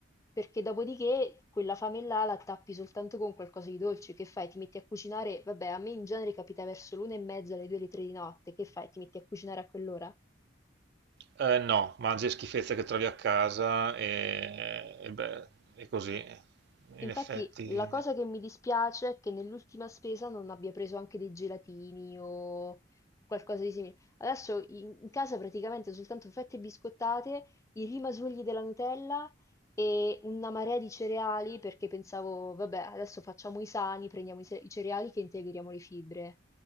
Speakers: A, on the left; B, on the right.
A: perché dopodiché quella fame là la tappi soltanto con qualcosa di dolce, che fai? Ti metti a cucinare, vabbè, a me in genere capita verso l'una e mezza, alle due, alle tre di notte, che fai? Ti metti a cucinare a quell'ora?
B: Eh, no, mangi schifezze che trovi a casa e, e beh, è così. In
A: Infatti
B: effetti,
A: la cosa che mi dispiace è che nell'ultima spesa non abbia preso anche dei gelatini o qualcosa di simile. Adesso in, in casa praticamente soltanto fette biscottate, i rimasugli della Nutella e una marea di cereali perché pensavo, vabbè, adesso facciamo i sani, prendiamo i, se- i cereali che integriamo le fibre.